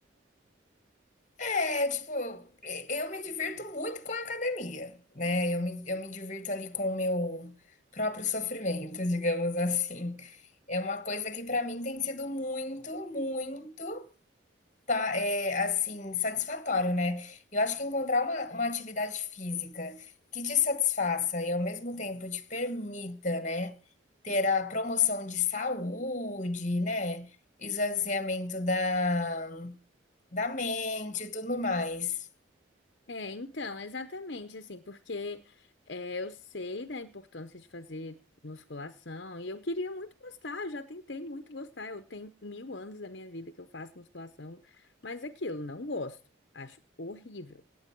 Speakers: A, on the left; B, on the left.
A: É, tipo, eu me divirto muito com a academia, né? Eu me, eu me divirto ali com o meu próprio sofrimento, <laughs> digamos assim. É uma coisa que pra mim tem sido muito, muito, tá, é, assim, satisfatório, né? Eu acho que encontrar uma, uma atividade física que te satisfaça e ao mesmo tempo te permita, né, ter a promoção de saúde, né? Esvaziamento da, da mente e tudo mais.
B: É, então, exatamente assim, porque é, eu sei da importância de fazer musculação e eu queria muito gostar, eu já tentei muito gostar. Eu tenho mil anos da minha vida que eu faço musculação, mas é aquilo, não gosto. Acho horrível.